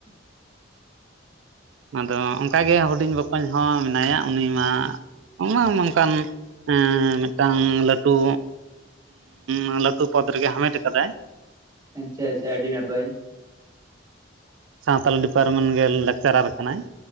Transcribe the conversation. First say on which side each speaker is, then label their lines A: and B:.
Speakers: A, on the right; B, on the right.
A: <inaudible>
B: ᱟᱫᱚ ᱚᱱᱠᱟᱜ ᱜᱮ ᱦᱩᱰᱤᱧ ᱵᱚᱠᱚᱧ ᱦᱚᱸ ᱢᱮᱱᱟᱭᱟ ᱩᱱᱤ ᱢᱟ <unintelligible> ᱚᱱᱠᱟᱱ ᱮᱸ ᱢᱤᱫᱴᱟᱝ ᱞᱟᱹᱴᱩ ᱩᱸᱻ ᱞᱟᱹᱴᱩ ᱯᱚᱫ ᱨᱮᱜᱮ ᱦᱟᱢᱮᱴ ᱟᱠᱟᱫᱟᱭ᱾
A: ᱟᱪᱪᱷᱟ ᱟᱪᱪᱷᱟ ᱟᱹᱰᱤ ᱱᱟᱯᱟᱭ᱾
B: ᱥᱟᱱᱛᱟᱞᱤ ᱰᱤᱯᱟᱨᱢᱮᱱᱴ ᱜᱮ ᱞᱟᱠᱪᱟᱨᱟᱨ ᱠᱟᱱᱟᱭ᱾